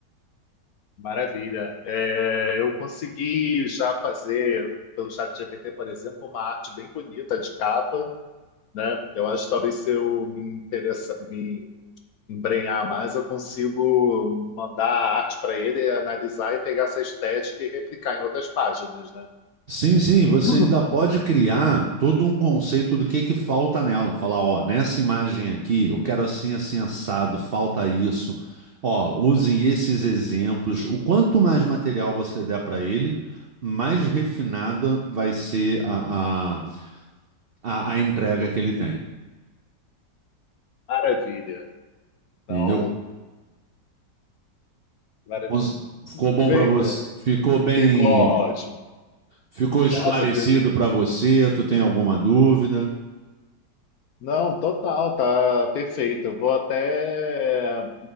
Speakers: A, on the left; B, on the right.
A: Maravilha. É, eu consegui já fazer, pelo ChatGPT, por exemplo, uma arte bem bonita de capa, né? Eu acho que talvez se eu me interessar, me embrenhar mais, eu consigo mandar a arte para ele, analisar e pegar essa estética e replicar em outras páginas, né?
B: Sim, sim, você
A: Uhum.
B: ainda pode criar todo um conceito do que que falta nela. Falar, ó, nessa imagem aqui, eu quero assim, assim, assado, falta isso. Ó, use esses exemplos. O quanto mais material você der para ele, mais refinada vai ser a, a, a, a entrega que ele tem.
A: Maravilha. Então,
B: Entendeu?
A: maravilha.
B: Cons- Ficou bom
A: Bem,
B: para você?
A: é,
B: Ficou bem?
A: ficou ótimo.
B: Ficou esclarecido
A: Nossa,
B: para você? Tu tem alguma dúvida?
A: Não, total, tá perfeito. Eu vou até